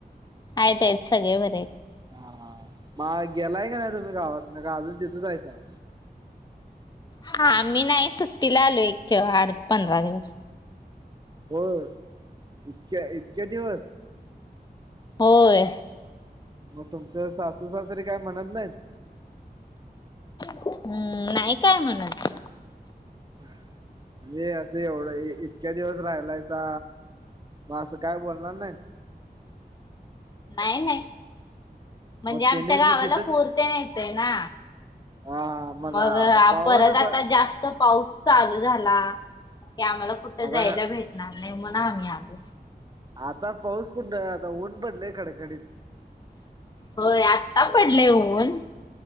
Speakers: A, on the left (about 25°); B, on the right (about 25°).
A: आहेत आहेत सगळे बरे आहेत.
B: हा हा.. मग गेलाय का नाही तुम्ही, गावासन काय अजूनच तिथंच हायसा.
A: हा आम्ही नाही सुट्टीला आलोय, एक आठ पंधरा दिवस.
B: होय इतक्या इतक्या दिवस.
A: होय.
B: मग तुमचं सासू सासरे काय म्हणत नाहीत.
A: हम्म नाही काय म्हणत.
B: म्हणजे असं एवढं इतक्या दिवस राहिलायचा. मग असं काय बोलणार नाही.
A: नाही नाही म्हणजे
B: मग
A: आमच्या
B: त्याने
A: गावाला
B: मग तिथं
A: पूर तेन येतय ना.
B: हा हा
A: मग
B: आता पाऊस
A: परत
B: ब
A: आता जास्त पाऊस. चालू झाला ते आम्हाला कुठं
B: आता
A: जायला भेटणार नाही म्हण आम्ही आलो.
B: आता पाऊस कुठं, आता ऊन पडलय कडकडीत.
A: होय आत्ता पडले ऊन